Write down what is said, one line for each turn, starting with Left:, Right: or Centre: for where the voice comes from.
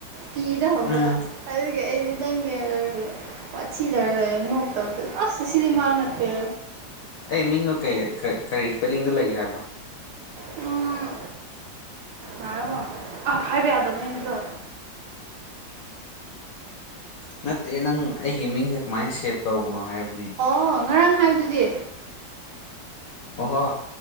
Right: ꯀꯤꯗꯍꯧꯕ
Left: ꯎꯝ
Right: ꯑꯗꯨꯒꯤ ꯑꯩꯗꯤ ꯅꯪꯅꯤ ꯍꯥꯏꯔꯒ ꯋꯥꯠꯊꯤꯗꯧꯔ ꯂꯩꯔ ꯅꯣꯛꯇꯕꯗꯨꯗ ꯑꯁ ꯁꯤꯗꯤꯃꯥꯅꯠꯇꯦ
Left: ꯀꯩ ꯃꯤꯡꯅꯣ ꯀꯩ ꯏꯁꯄꯦꯜꯂꯤꯡꯗ ꯂꯩ ꯍꯥꯏꯕꯅꯣ
Right: ꯎꯝ ꯉꯥꯏꯌꯣꯀꯣ ꯑꯥ ꯍꯥꯏꯕ ꯌꯥꯗꯕꯅꯦ ꯑꯗꯨꯗꯣ
Left: ꯅꯠꯇꯦ ꯅꯪ ꯑꯩꯒꯤ ꯃꯤꯡꯁꯦ ꯀꯃꯥꯏꯅ ꯁꯦꯞ ꯇꯧꯕꯅꯣ ꯍꯥꯏꯕꯅꯤ
Right: ꯑꯣ ꯉꯔꯥꯡ ꯍꯥꯏꯕꯗꯨꯗꯤ
Left: ꯑꯣꯍꯣ